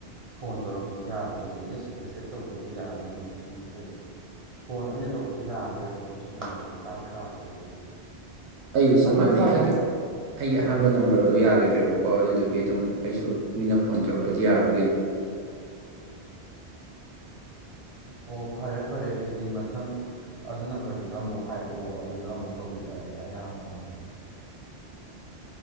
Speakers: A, on the right; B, on the right.
A: ꯐꯣꯟ ꯇꯧꯔꯛꯄꯗꯨ ꯌꯥꯔꯒꯗꯤ ꯑꯦꯠꯂꯤꯁ ꯑꯦꯛꯁꯦꯞ ꯇꯧꯕꯗꯨ ꯌꯥꯔꯒꯗꯤ ꯑꯃꯨꯛ ꯈꯤꯇꯪꯗꯤ ꯐꯩꯗꯅ ꯐꯣꯟ ꯑꯩꯅ ꯇꯧꯕꯗꯤ ꯌꯥꯔꯔꯣꯏꯕꯀꯣ ꯁꯤ ꯅꯝꯕꯔꯁꯤꯗꯤ ꯇꯥꯛꯁ ꯂꯥꯛꯇ꯭ꯔꯦꯕ ꯑꯩꯒꯤꯗꯤ
B: ꯑꯩꯁꯨ ꯆꯞ
A: ꯑꯗꯨ
B: ꯃꯥꯟꯅꯩ
A: ꯐꯔꯦ
B: ꯑꯩꯒꯤ ꯑꯩꯒꯤ ꯑꯍꯥꯟꯕ
A: ꯎꯝ
B: ꯅꯝꯕꯔꯗꯣ ꯌꯥꯈꯤꯗ꯭ꯔꯦꯕꯀꯣ ꯑꯗꯨꯗꯨꯒꯤ ꯑꯗꯨꯝ ꯑꯩꯁꯨ ꯃꯤꯅ ꯐꯣꯟ ꯇꯧꯔꯛꯄꯗꯤ ꯌꯥꯕ
A: ꯑꯣ ꯐꯔꯦ ꯐꯔꯦ ꯑꯗꯨꯗꯤ ꯃꯊꯪ ꯑꯗꯨ ꯅꯝꯕꯔꯗꯨꯗ ꯑꯃꯨꯛ ꯍꯥꯏꯔꯛꯑꯣ ꯑꯗꯨꯗ ꯑꯃꯨꯛ ꯇꯧꯕꯤꯔꯛꯑꯒꯦ ꯑꯌꯥꯝꯕ ꯑꯃꯗꯒꯤ